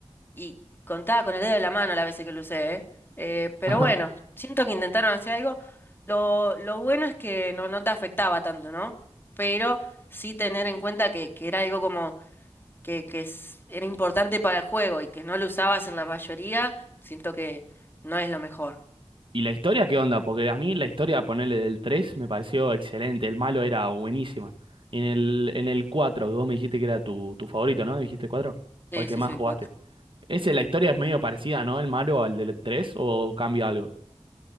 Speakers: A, on the left; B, on the right.
A: y contaba con el dedo de la mano las veces que lo usé, ¿eh? Eh, pero
B: <laughs> Ajá.
A: bueno, siento que intentaron hacer algo. Lo, lo bueno es que no, no te afectaba tanto, ¿no? Pero sí tener en cuenta que, que era algo como que, que es- era importante para el juego y que no lo usabas en la mayoría, siento que no es lo mejor.
B: ¿Y la historia qué onda? Porque a mí la historia, ponerle del 3 me pareció excelente. El malo era buenísima. Y en el, en el 4 que vos me dijiste que era tu, tu favorito, ¿no? Dijiste cuatro
A: Sí,
B: O el que
A: sí,
B: más
A: sí, el
B: jugaste.
A: cuatro
B: Ese, la historia es medio parecida, ¿no? El malo al del 3 o cambia algo.